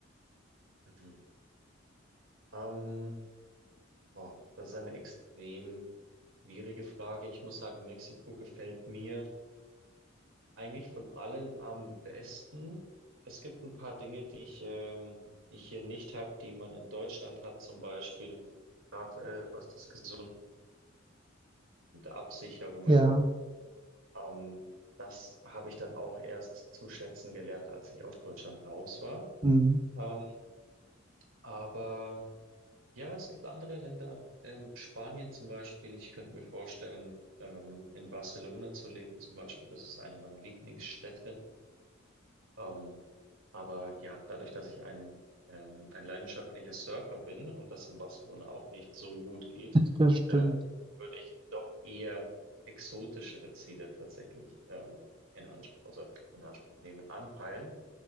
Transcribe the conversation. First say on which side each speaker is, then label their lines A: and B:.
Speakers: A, on the right; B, on the right.
A: Mhm. Ähm, oh, das ist eine extrem schwierige Frage. Ich muss sagen, Mexiko gefällt mir eigentlich von allen am besten. Es gibt ein paar Dinge, die ich, ähm, die ich hier nicht habe, die man in Deutschland hat, zum Beispiel gerade äh, was das Gesundheit der Absicherungen.
B: Ja,
A: Ähm, das habe ich dann auch erst zu schätzen gelernt, als ich aus Deutschland raus war.
B: Mhm,
A: Ähm, aber Ja, es gibt andere Länder, ähm, Spanien zum Beispiel. Ich könnte mir vorstellen, ähm, in Barcelona zu leben zum Beispiel. Das ist eine meiner Lieblingsstädte. Ähm, aber ja, dadurch, dass ich ein, ähm, ein leidenschaftlicher Surfer bin und das in Barcelona auch nicht so gut geht,
B: das stimmt.
A: ähm, würde ich doch eher exotischere Ziele tatsächlich ähm, in Anspruch, also in Anspruch nehmen, anpeilen.